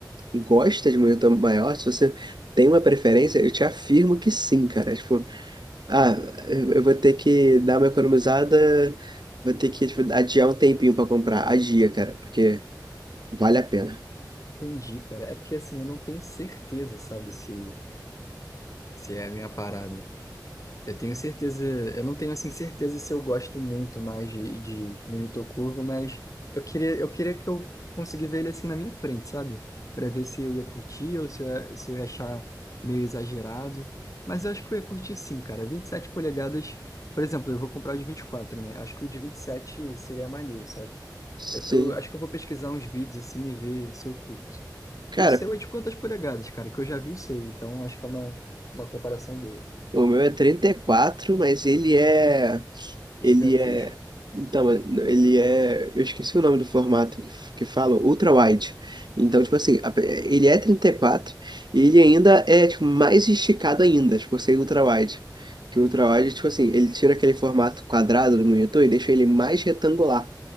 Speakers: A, on the right; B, on the left.
A: gosta de monitor maior, se você tem uma preferência, eu te afirmo que sim, cara. Tipo, ah, eu eu vou ter que dar uma economizada, vou ter que, tipo, adiar um tempinho pra comprar. Adia, cara, porque vale a pena.
B: Entendi, cara. É porque assim, eu não tenho certeza, sabe? Se, se é a minha parada. Eu tenho certeza, eu não tenho assim certeza se eu gosto muito mais de, de monitor curvo, mas eu queria, eu queria que eu conseguisse ver ele assim na minha frente, sabe? Pra ver se eu ia curtir ou se eu, ia- se eu ia achar meio exagerado. Mas eu acho que eu ia curtir sim, cara. 27 polegadas, por exemplo, eu vou comprar o de 24, né? Acho que o de 27 seria maneiro, sabe?
A: Sim.
B: Eu tô, acho que eu vou pesquisar uns vídeos assim e ver se eu curto.
A: Cara,
B: O seu é de quantas polegadas, cara? Que eu já vi o seu, então acho que é uma, uma comparação boa.
A: o meu é trinta e quatro mas ele é.
B: Gigantesco.
A: Ele é. Então, ele é. Eu esqueci o nome do formato que, que falam, ultra-wide. Então, tipo assim, a- ele é trinta e quatro e ele ainda é tipo, mais esticado ainda, tipo, ser ultra-wide. Que o ultra-wide, tipo assim, ele tira aquele formato quadrado do monitor e deixa ele mais retangular.